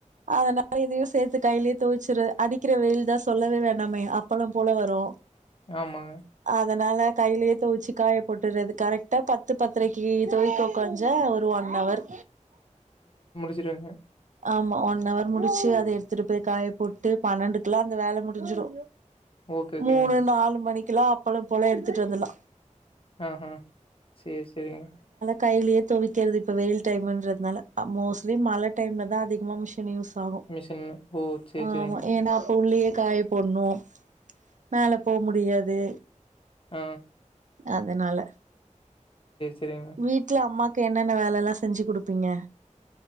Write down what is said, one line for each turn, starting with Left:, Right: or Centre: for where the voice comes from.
Right: அதனால இதையு சேத்து கைலே தொவச்சுருவே அடிக்கிற வெயில் தா சொல்லவே வேண்டாமே அப்பலோ போல வரு
Left: ஆமா
Right: அதனால கைலிய தோச்சு காய போட்டுறது கரெக்டா பத்து பத்ரைக்கு தோய்க்க உக்காஞ்ச ஒரு ஒன் அவர்
Left: <unintelligible> ங்க
Right: ஆமா ஒன் ஹவர் முடிச்சு அத எடுத்துட்டு போய் காய போட்டு பன்னெண்டுக்குலா அந்த வேல முடிஞ்சிடு
Left: ஓகே ஓகேங்க
Right: மூணு
Left: மேம்
Right: நாலு மணிக் லா அப்பளம் போலா எடுத்துட் வந்துலா
Left: அ அ சேரி சேரிங்க
Right: கையாலியே துவைக்கிறது இப்ப வெயில் டைம்ன்றதுனால அ மோஸ்ட்லி மல டைம்ல தா அதிகமா மிஷின் யூஸ் ஆகு
Left: மிஷின் ஓ சேரி
Right: ஆமா
Left: சேரிங்க
Right: ஏன்னா அப்ப உள்ளியே காய போட்னோ மேல போ முடியாது
Left: ஹ
Right: அதனால
Left: சேரிங்க
Right: வீட்ல அம்மா என்னென்ன வேலைலாம் செஞ்சு குடுப்பீங்க